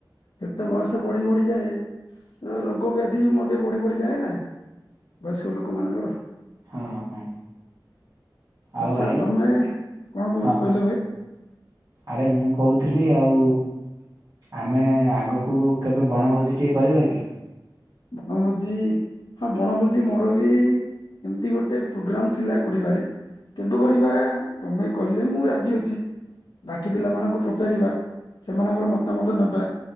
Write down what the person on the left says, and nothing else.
ଯେତେ ବୟସ ବଢି ବଢିଯାଏ ରୋଗ ବ୍ୟାଧି ମଧ୍ୟ ବଢି ବଢିଯାଏ ନା ବୟସ୍କ ଲୋକମାନଙ୍କର?
ଆଚ୍ଛା
ତମେ କଣ କ
କହିଲ ଭାଇ
ବଣଭୋଜି ହଁ ବଣଭୋଜି ମୋର ବି ଏମିତି ଗୋଟେ ପ୍ରୋଗ୍ରାମ ଥିଲା କରିବାରେ। କେବେ କରିବା ତମେ କହିଲେ ମୁଁ ରାଜି ଅଛି। ବାକି ପିଲାମାନଙ୍କୁ ପଚାରିବା, ସେମାନଙ୍କର ମତାମତ ନେବା।